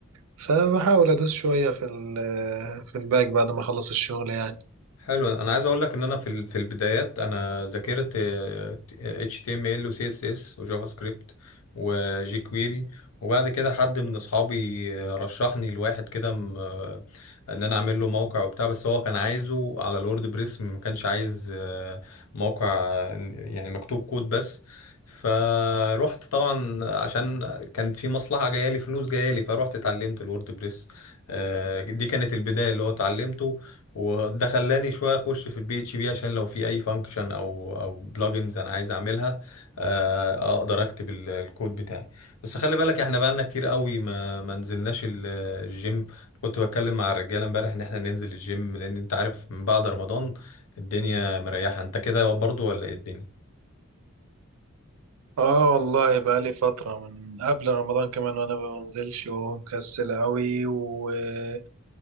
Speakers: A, on the right; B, on the left.
A: فبحاول ادوس شوية في ال آه، في الباك بعد ما اخلص الشغل يعني
B: حلو انا عايز اقول لك ان انا في ال- في البدايات انا ذاكرت آه، HTML و CSS و جافا سكريبت وجي كويري وبعد كده حد من اصحابي آه، رشحني لواحد كده م- آه، ان انا اعمل له موقع وبتاع بس هو كان عايزه على الورد بريس ما كانش عايز آه، موقع آه، يعني مكتوب كود بس فروحت طبعا عشان كان في مصلحة جاية لي فلوس جاية لي فروحت اتعلمت الورد بريس آه، دي كانت البداية اللي هو اتعلمته وده خلاني شويه اخش في البي اتش بي عشان لو في اي فانكشن او او بلجنز انا عايز اعملها آه، اقدر اكتب ال- الكود بتاعي بس خلي بالك احنا بقالنا كتير قوي ما ما نزلناش ال- الجيم كنت بتكلم مع الرجاله امبارح ان احنا ننزل الجيم لان انت عارف من بعد رمضان الدنيا مريحه انت كده برضو ولا ايه الدنيا
A: اه والله بقى لي فترة من قبل رمضان كمان وانا ما بنزلش ومكسل قوي وكل